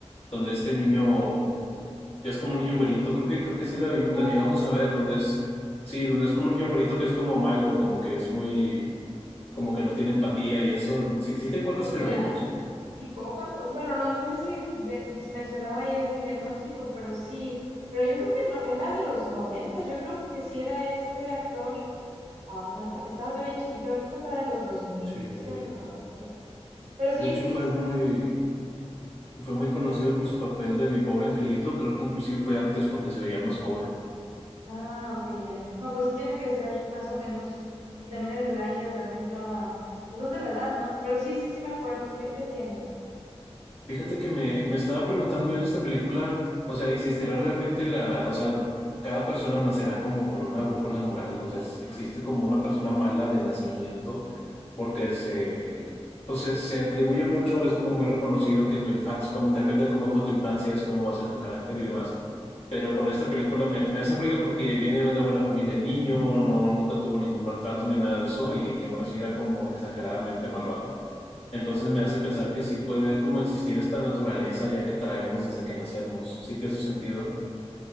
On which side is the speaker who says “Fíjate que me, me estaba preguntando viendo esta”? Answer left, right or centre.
Left